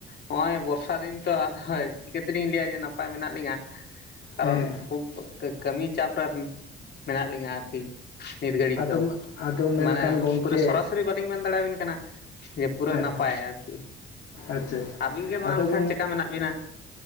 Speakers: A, on the left (about 60°); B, on the left (about 80°).
A: ᱦᱚᱸᱜ-ᱚᱭ ᱵᱚᱨᱥᱟ ᱫᱤᱱ ᱛᱚ ᱦᱳᱭ ᱪᱤᱠᱟᱹᱛᱮᱞᱤᱧ ᱞᱟᱹᱭᱟ ᱡᱮ ᱱᱟᱯᱟᱭ ᱢᱮᱱᱟᱜ ᱞᱤᱧᱟ᱾ ᱠᱟᱨᱚᱱ
B: ᱦᱮᱸ
A: ᱠᱷᱩᱵ ᱠᱟ-ᱠᱟᱹᱢᱤ ᱪᱟᱯ ᱨᱮ ᱢᱮᱱᱟᱜ ᱞᱤᱧᱟᱹ ᱟᱨᱠᱤ ᱱᱤᱛ ᱜᱷᱟᱹᱲᱤᱡ
B: ᱟᱫᱚ
A: ᱫᱚ᱾
B: ᱟᱫᱚ ᱢᱮᱱᱠᱷᱟᱱ
A: ᱢᱟᱱᱮ
B: ᱜᱚᱝᱠᱮ
A: ᱯᱩᱨᱟᱹᱣ ᱥᱚᱨᱟ-ᱥᱚᱨᱤ
B: ᱦᱮᱸ
A: ᱵᱟᱹᱞᱤᱧ ᱢᱮᱱ ᱫᱟᱲᱮᱭᱟᱵᱤᱱ ᱠᱟᱱᱟ, ᱡᱮ ᱯᱩᱨᱟᱹ ᱱᱟᱯᱟᱭᱟ
B: ᱦᱮᱸ ᱟᱪᱪᱷᱟ
A: ᱟᱨᱠᱤ᱾
B: ᱟᱪᱪᱷᱟ
A: ᱟᱹᱵᱤᱱ ᱜᱮ ᱢᱟ
B: ᱟᱫᱚ
A: ᱮᱱᱠᱷᱟᱱ
B: ᱜᱚᱝ
A: ᱪᱮᱠᱟ ᱢᱮᱱᱟᱜ ᱵᱤᱱᱟ?